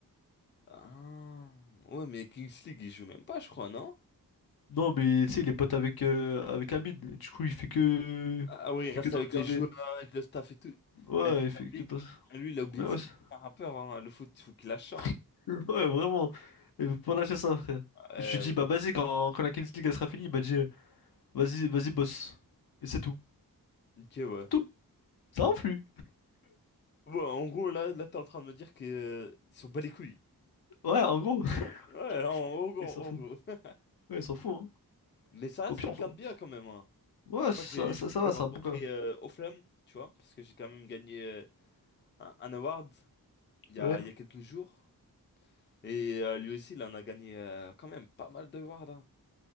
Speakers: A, on the left; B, on the left.
A: Ah, ouais, mais Kings League, il joue même pas, je crois, non?
B: Non, mais tu sais, il est pote avec, euh, avec Amine. Et Du coup, il fait que.
A: Ah oui,
B: Il
A: il
B: fait
A: reste
B: que de
A: avec
B: regarder.
A: les joueurs, avec le staff et tout.
B: Ouais,
A: Et lui,
B: il fait
A: il a oublié,
B: que de.
A: que- lui, il a oublié
B: Ouais, ouais,
A: que c'était
B: c'est-
A: un rappeur, hein. Le foot, il faut qu'il lâche.
B: <laughs>
A: ça, hein.
B: ouais, vraiment. Il veut pas lâcher ça, frère.
A: Euh,
B: Je lui ai dit, bah vas-y, quand, quand la Kings League elle sera finie, il m'a dit, euh, vas-y, vas-y, boss. Et c'est tout.
A: ok, ouais.
B: C'est tout. Ça influe.
A: Ouais, en gros, là, là t'es en train de me dire que, euh, ils sont bas les couilles.
B: Ouais, en gros. <laughs>
A: Ouais, en, en gros,
B: Il s'en
A: en
B: fout.
A: gros. <laughs>
B: Ouais, il s'en fout, hein.
A: Mais ça reste
B: Au pire,
A: quelqu'un
B: on s'en-
A: de bien quand même. hein.
B: Ouais,
A: Moi,
B: ça,
A: j'ai
B: ça,
A: j'ai pu
B: ça va,
A: le
B: c'est
A: rencontrer
B: un bon gars.
A: euh, aux Flammes, tu vois, parce que j'ai quand même gagné euh, un, un award il y
B: Ouais.
A: a, il y a quelques jours. Et euh, lui aussi, il en a gagné euh, quand même pas mal de awards. Hein.